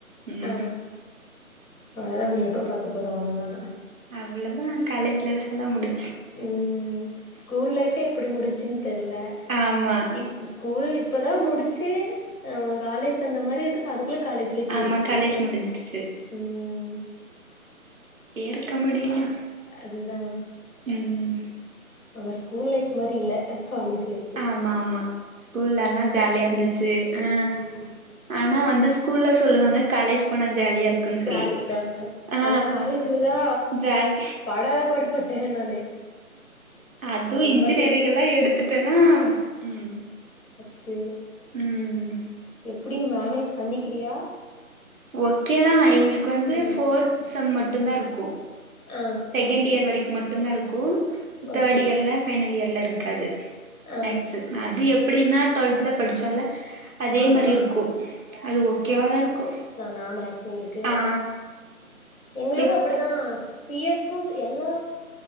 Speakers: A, on the right; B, on the left.
A: ம்
B: ஆ அவ்ளோதா ஒன்னி எப்ப பாக்க போறோ அவ்ளோ தா
A: அவ்வுளதா காலேஜ் லைஃப் எல்லா முடி
B: ம் ஸ்கூல் லைஃப் பே எப்புடி முடிஞ்சின் தெர்ல
A: ஆமா
B: இப் ஸ்கூல் இப்ப தா முடிச்சி அ காலேஜ் சேந்த மாரி இருக்குது அதுக் குள்ள காலேஜ் லைஃப் முடிஞ்சு
A: ஆமா
B: போச்சி
A: காலேஜ் முடிஞ்சிருச்சு
B: ம்
A: ஏற்க முடியுமா
B: அதுதா
A: ம்
B: ஆனா ஸ்கூல் லைஃப் மாரி இல்ல காலேஜ் லைஃபு
A: ஆமா ஆமா ஸ்கூல்லல்லா ஜாலியா இருந்துச்சு ஆ
B: ம்
A: ஆனா வந்து ஸ்கூல்ல சொல்லுவாங்க காலேஜ் போனா ஜாலியா இருக்குன்னு
B: ஜாலி
A: சொல்லி
B: தாங்க
A: ஆ
B: ஆனா காலேஜ்லதா
A: ஜாலி
B: படாத பாடுபட் டே நானு
A: அது
B: ரொம்ப
A: இன்ஜினியரிங்
B: டென்ஷனு
A: எல்லா எடுத்துட்டேன்னா ம்
B: ஸு
A: ம் ம்
B: எப்டியு மேனேஜ் பண்ணிக்கிறியா
A: ஓக்கே தா எங்களுக்கு வந்து
B: ஆ
A: ஃபோர்த் செம் மட் டுந்தாருக்கு
B: ஆ
A: செக்கெண்ட் இயர் வரிக் மட்டுந்தா இருக்கு
B: ஓகே
A: தேர்டு இயர்ல ஃபைனல் இயர்ல இருக் காது
B: ஆ
A: மேக்ஸு அது எப் டின்னா டுவெல்த்ல படிச்சோல்ல அதே
B: ஆமா
A: மாரி இருக்கு அது ஓக்கேவாதா இருக்கு
B: நா மேக் சு உங்களுக்கு
A: ஆ
B: எங்களுக்கு
A: எப்
B: அப்படிதா ஸ் சி எஸ்க்கு எல்லா